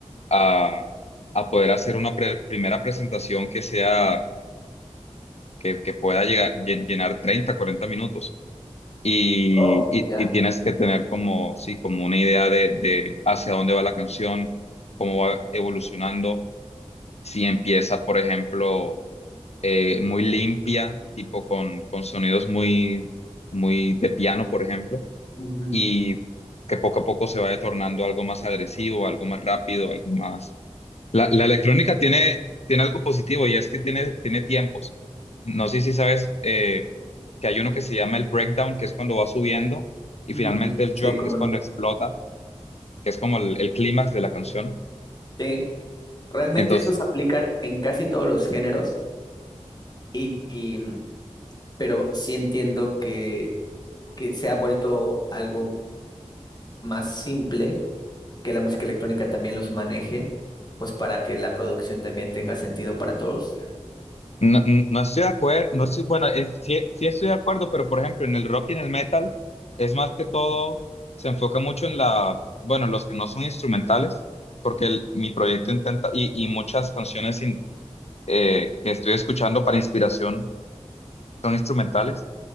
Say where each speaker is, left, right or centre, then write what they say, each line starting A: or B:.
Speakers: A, on the left; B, on the left.
A: a, a poder hacer una pre- primera presentación que sea, que, que pueda llegar, llen- llenar 30, 40 minutos. Y,
B: Oh,
A: y,
B: ya.
A: y tienes que tener como, sí, como una idea de, de hacia dónde va la canción, cómo va evolucionando si empieza, por ejemplo, eh, muy limpia, tipo con, con sonidos muy, muy de piano, por ejemplo,
B: Ujú,
A: y que poco a poco se vaya tornando algo más agresivo, algo más rápido, algo más... La, la electrónica tiene, tiene algo positivo y es que tiene, tiene tiempos. No sé si sabes eh, que hay uno que se llama el breakdown, que es cuando va subiendo, y
B: ujú.
A: finalmente el
B: Sí,
A: drop,
B: cómo
A: que es cuando
B: no.
A: explota, que es como el, el clímax de la canción.
B: Sí, realmente
A: Entonces,
B: esos aplican en casi todos los géneros, y, y, mm, pero sí entiendo que, que se ha vuelto algo más simple. que la música electrónica también los maneje, pues para que la producción también tenga sentido para todos.
A: No, no estoy de acuerdo, no estoy, bueno, es- sí, sí estoy de acuerdo, pero por ejemplo, en el rock y en el metal es más que todo, se enfoca mucho en la, bueno, los que no son instrumentales, porque el- mi proyecto intenta, y, y muchas canciones in- eh, que estoy escuchando para inspiración son instrumentales.